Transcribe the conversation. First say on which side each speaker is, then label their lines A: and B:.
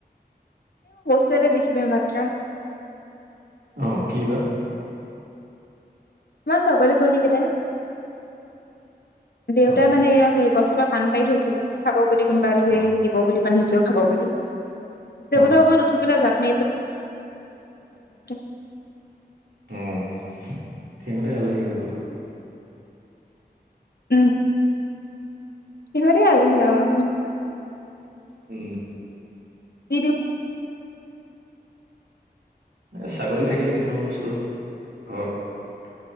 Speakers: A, on the left (about 70°); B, on the right (about 80°).
A: <inaudible>
B: অ', কি বা!
A: মোৰ ছাগলী পোৱালী কেইটা দেউতাই
B: অ'
A: মানে এয়া হেৰী গছপাত পান পাৰি থৈছিলে, খাব যদি কোনোবা আলহী‌
B: অ'
A: আহিলে দিব বুলি, বা নিজেও খাব বুলি। টেবোলৰ
B: অ'
A: ওপৰত উঠি পেলাই জাপ <unintelligible>
B: উম সিহঁতে আলহী হৈ গ'ল আৰু।
A: উম, সিহঁতে আলহী আৰু
B: উম
A: বিদি
B: এ ছাগলী থাকিলে কিছুমান বস্তু ঘৰত